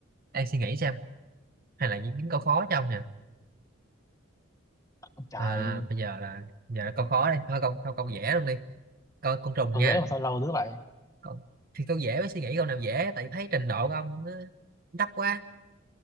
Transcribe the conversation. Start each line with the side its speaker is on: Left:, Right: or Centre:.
Right: đang suy nghĩ xem hay là những những câu khó cho ông nhỉ
Left: ông trời
Right: À, bây giờ là giờ là câu khó đây thôi câu câu câu dễ luôn đi câu con trùng
Left: con
Right: nha
Left: dễ mà sao lâu dữ vậy
Right: câu, thì câu dễ mới suy nghĩ câu nào dễ tại thấy trình độ của ông nó thấp quá